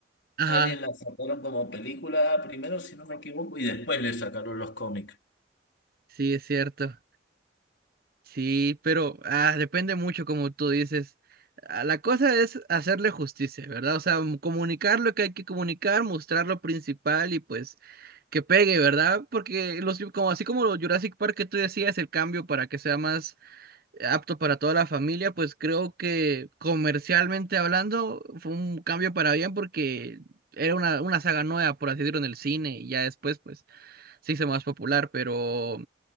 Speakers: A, on the right (about 55°); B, on the left (about 75°).
A: Ajá,
B: Alien la sacaron como película primero, si no me equivoco, y después le sacaron los cómics.
A: sí, es cierto. Sí, pero ah, depende mucho, como tú dices. Ah, La cosa es hacerle justicia, ¿verdad? O sea, m- comunicar lo que hay que comunicar, mostrar lo principal y pues que pegue, ¿verdad? Porque los, como, así como los Jurassic Park que tú decías, el cambio para que sea más apto para toda la familia, pues creo que comercialmente hablando fue un cambio para bien porque era una, una saga nueva, por así decirlo, en el cine y ya después pues se hizo más popular, pero...